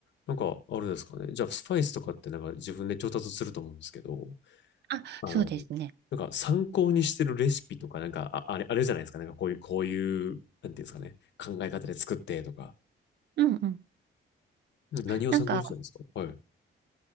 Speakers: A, on the left; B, on the right.
A: なんか、あれですかね。じゃあ、スパイスとかってなんか自分で調達すると思うんですけど、
B: あ、
A: あの、
B: そうですね。
A: なんか参考にしてるレシピとか、なんか、ああれ、あれじゃないですか。なんかこういう、こういう、なんていうんですかね。考え方で作ってとか。
B: うんうん。
A: 何を参考にしたんですかはい。
B: なんか